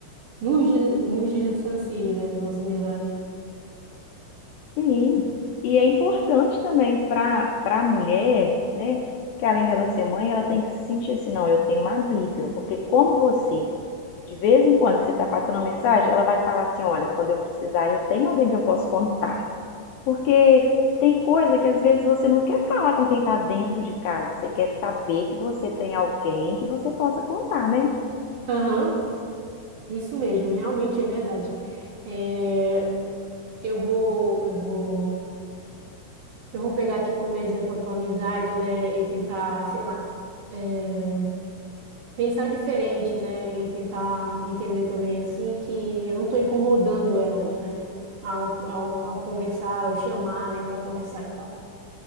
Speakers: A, on the right (about 55°); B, on the left (about 75°).
A: nos, di- nos distancie, né, da nossa amizade.
B: Sim. E é importante também para para a mulher, né? Que além dela ser mãe, ela tem que se sentir assim, não, eu tenho uma amiga. Porque como você De vez em quando você está passando uma mensagem, ela vai falar assim: olha, quando eu precisar, eu tenho alguém que eu posso contar. Porque tem coisa que às vezes você não quer falar com quem está dentro de casa, você quer saber que você tem alguém que você possa contar, né?
A: Aham, isso mesmo, realmente é verdade. É, eu vou, eu vou. Eu vou pegar aqui como exemplo a tua amizade, né? E tentar, sei lá, eh, pensar diferente, né? E tentar entender também, assim, que eu não estou incomodando elas, né? Ao, ao, ao conversar, ao chamar, né? Para conversar e tal.